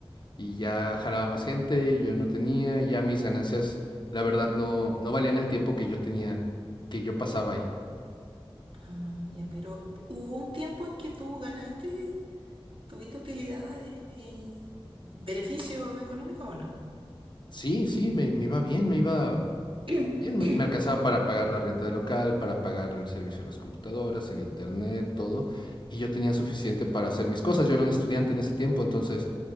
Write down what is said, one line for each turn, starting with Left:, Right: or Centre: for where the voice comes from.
Left: y ya jalaba más gente y yo no tenía, y ya mis ganancias, la verdad, no, no valían el tiempo que yo tenía, que yo pasaba ahí.
Right: Ah, ya, pero hubo un tiempo en que tú ganaste, tuviste utilidades y beneficio económico o no?
Left: Sí, sí, me, me iba bien, me iba
Right: <clears throat>
Left: Bien, me me alcanzaba para pagar la renta del local, para pagar el servicio de las computadoras, el internet, todo. Y yo tenía suficiente para hacer mis cosas. Yo era un estudiante en ese tiempo, entonces